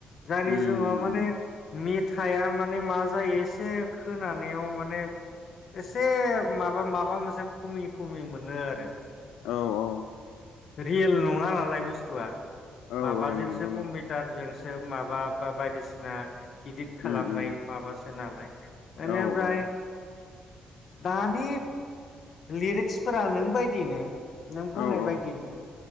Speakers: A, on the left; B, on the left.
A: जायनि
B: उम
A: जुाव माने
B: उम
A: मेथाइआ माने मा जायो एसे खोनानायाव माने एसे माबा माबा मोनसे खमि खमि मोनो आरो।
B: औ औ।
A: रियेल नङा नालाय बुस्थुआ
B: औ
A: माबाजोंसो
B: औ नंगौ नोंथां
A: कम्पिउटारजोंसो माबा बा-बायदिसिना इदिट खालामनाय
B: उम उम
A: माबासो खोलाय बेनिफ्राय
B: औ औ
A: दानि लिरिक्सफोरा नों बायदिनो नों बुंनाय
B: औ
A: बायदिनो
B: औ